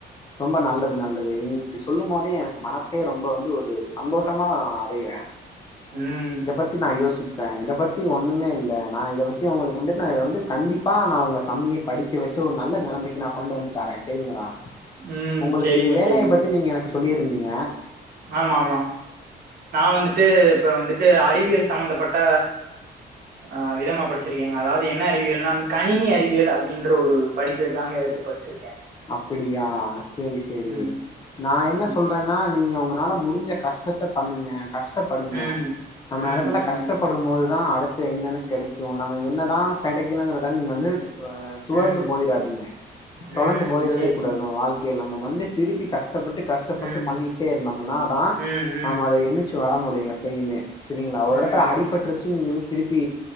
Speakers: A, on the left; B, on the right.
A: ரொம்ப நல்லது நல்லது நீங்க இப்டி சொல்லுமோதே எனக்கு மனசு ஹே ரொம்ப வந்து ஒரு சந்தோஷமா அடையிற
B: ம்
A: இத பத்தி நா யோசிக்ற இத பத்தி ஒன்னுமே இல்ல நா இத பத்தி ஒங்களுக்கு வந்து நா இத வந்து கண்டி பா நா ஒங்க தம்பிய படிக்க வெச்சு ஒ நல்ல நெலமக்கி நா கொண்டு வந்து தரே செவிங்களா
B: ம்
A: ஒங்களுக்கு
B: செரிங்க
A: வேலய
B: செரிங்க
A: பத்தி நீங்க எனக்கு சொல்லி இருந்தீங்க
B: ஆமா ஆமா நா வந்துட்டு இப்ப வந்து டு அறிவியல் சமந்தப்பட்ட அ விதமா படிச்சிருக்கேங் அதாவ்து என்ன அறிவியல்னா அந் கணினி அறிவியல் அப்டின்ற ஒரு படிப்பேடு தாங்க எடுத்து படுச்சிருக்
A: அப்பிடியா சேரி சேரி
B: ம்
A: நா என்ன
B: ம்
A: சொல்றேன்னா நீங்க உங்கனால மு இஞ்ச கஷ்டத்த பண்ணுங்க கஷ்டப்படுங்க
B: ம்
A: நம்ம எடத்துல
B: ம்
A: கஷ்டப்படுமோதுதா அடுத்து எய்னன கெடக்கு நம்ம என்னதா கெடக்கலங்கற்துகா நீங்க வந்து வ துவர்ந்து
B: ம்
A: போயிறாதீங்க
B: ம்
A: தொலண்டு
B: ம்
A: போயிறவே
B: சரிங்க
A: கூடாது நம்ம வால்க் நம்ம வந்து திருப்பி கஷ்ட்டப்பட்டு கஷ்ட்டப்பட்டு
B: ம்
A: பண்ணிட்டே இருந்தம்மனா தா
B: ம் ம்
A: நம்ம அத இனச்சு வர முடியு எப்பயுமே செரிங்ளா ஒர்
B: ம்
A: எடத்துல அடிப்பட்ருச்சுங்லி திருப்பி